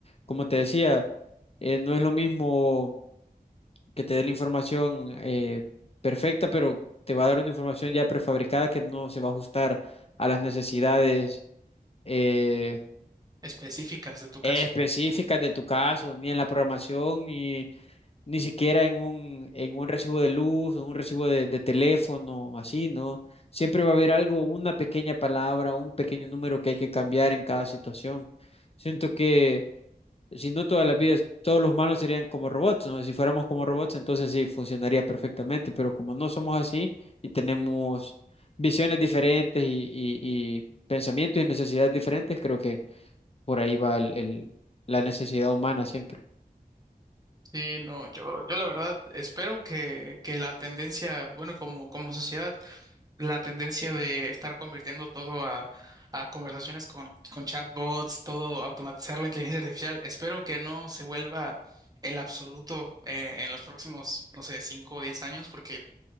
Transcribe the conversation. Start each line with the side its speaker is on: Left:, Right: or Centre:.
Left: Como te decía, eh, no es lo mismo que te dé la información eh, perfecta, pero te va a dar una información ya prefabricada que no se va a ajustar a las necesidades eh,
Right: específicas de tu
Left: específicas
Right: caso.
Left: de tu caso, ni en la programación, ni ni siquiera en un, en un recibo de luz, en un recibo de, de teléfono, así, ¿no? Siempre va a haber algo, una pequeña palabra, un pequeño número que hay que cambiar en cada situación. Siento que si no todas las vidas, todos los humanos serían como robots, ¿no? Si fuéramos como robots, entonces sí, funcionaría perfectamente, pero como no somos así y tenemos visiones diferentes y, y- y pensamientos y necesidades diferentes, creo que por ahí va el, el- la necesidad humana siempre.
Right: Sí, no, yo, yo la verdad espero que, que la tendencia, bueno, como, como sociedad, la tendencia de estar convirtiendo todo a, a conversaciones con, con chatbots, todo automatizar la inteligencia artificial, espero que no se vuelva el absoluto eh, en los próximos, no sé, cinco o diez años, porque